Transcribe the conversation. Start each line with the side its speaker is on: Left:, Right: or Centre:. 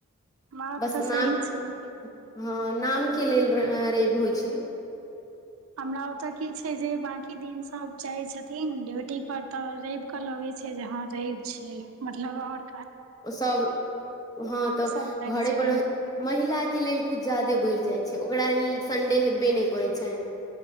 Right: बात
Left: बस
Right: त
Left: नाम
Right: सही छैय।
Left: हँ नामके लेल रैव होइ छैय।
Right: हमरा ओतऽ की छैय जे बाँकी दिन सब जाइ छथिन ड्यूटी पर तऽ रैव के त की रैव छैय मतलब ओर
Left: सब हँ तऽ
Right: सब रहै
Left: घरे
Right: छथिन
Left: पर रह
Right: तऽ
Left: महिला के लेल कुछ जादे बढ़ि जाइ छैय ओकरा लेल संडे हेबे नई करै छैन।